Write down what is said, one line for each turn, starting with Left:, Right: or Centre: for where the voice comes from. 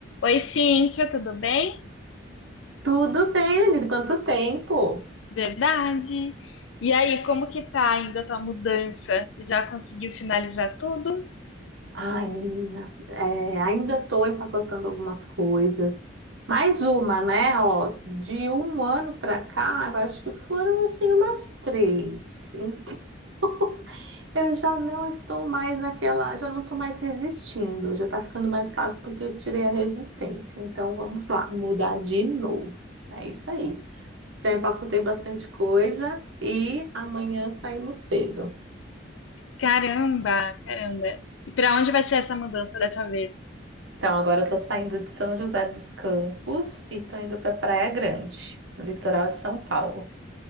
Left: Oi, Cíntia, tudo bem?
Right: Tudo bem, Denise? Quanto tempo?
Left: Verdade. E aí, como que tá ainda a tua mudança? Já conseguiu finalizar tudo?
Right: Ai, menina, é, ainda estou empacotando algumas coisas. Mais uma, né? Ó, de um ano para cá, eu acho que foram assim umas três. Então, <laughs> eu já não estou mais naquela, já não estou mais resistindo. Já está ficando mais fácil porque eu tirei a resistência. Então, vamos lá, mudar de novo. É isso aí. Já empacotei bastante coisa e amanhã saímos cedo.
Left: Caramba, caramba. E para onde vai ser essa mudança dessa vez?
Right: Então, agora eu tô saindo de São José dos Campos e tô indo pra Praia Grande, no litoral de São Paulo.